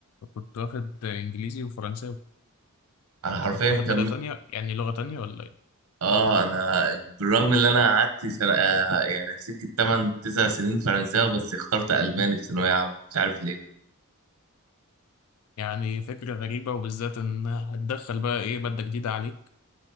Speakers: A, on the left; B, on the right.
A: كنت واخد انجليزي وفرنساوي
B: انا
A: انت
B: حرفيا
A: كنت واخد
B: كم
A: مادة تانية يعني لغة تانية ولا ايه؟
B: اه انا بالرغم ان انا قعدت سنة... آه يعني سكه 8 9 سنين فرنساوي بس اخترت الماني في ثانويه عامه مش عارف ليه
A: يعني فكرة غريبة وبالذات ان هتدخل بقى ايه مادة جديدة عليك